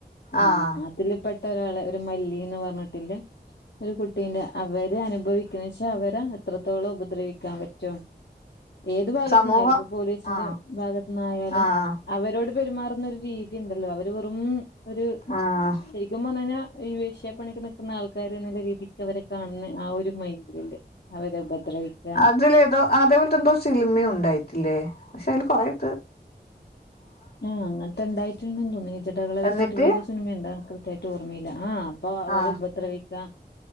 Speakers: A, on the left; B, on the left.
A: ആഹാ
B: ആഹ്
A: അ ത്തിൽ പെട്ട ഒരാളെ ഒരു മല്ലിന്ന് പറഞ്ഞിട്ടില്ലേ ഒരു കുട്ടീന്റെ അവര് അനുഭവിക്കുന്ന വെച്ചാൽ അവര് എത്രത്തോളം ഉപദ്രവിക്കാൻ പറ്റും ഏത് ഭാഗത്തു
B: സമൂഹം
A: നിന്നായാലും ഇപ്പൊ പോലീസിന്റെ
B: ആഹ്
A: ഭാഗത്തു നിന്നായാലും
B: ആഹ്
A: അവരോട് പെരുമാറുന്ന ഒരു രീതിയ ഉണ്ടല്ലോ അവര് വെറും ഒര്
B: ആഹ്
A: ശരിക്കും പറഞ്ഞിഞ്ഞാൽ ഈ വേശ്യപ്പണിക്ക് നിൽക്കുന്ന ആൾക്കാാര് നല്ല രീതിക്ക് അവരെ കാണുന്ന ആ ഒരു മൈൻഡില്ല്ലേ അവരെ ഉപദ്രവിക്കുകാ
B: <inaudible> അതേപോലത്തെ എന്തോ സിൽമയും ഉണ്ടായിട്ടില്ലേ പക്ഷെ അതിൽ കൊറട്ട്
A: ആഹ് അങ്ങനത്തെണ്ടായിട്ടുണ്ടന്ന് തോന്നുന്നു ഹിജഡകളെവെച്ചിട്ട്
B: എന്നിട്ട്
A: ഏതോ സിനിമയണ്ട കൃയമായിട്ട്ഓർമ്മയില്ല ആ. അപ്പൊ അവർ
B: ആഹ്
A: ഉപദ്രവിക്കാം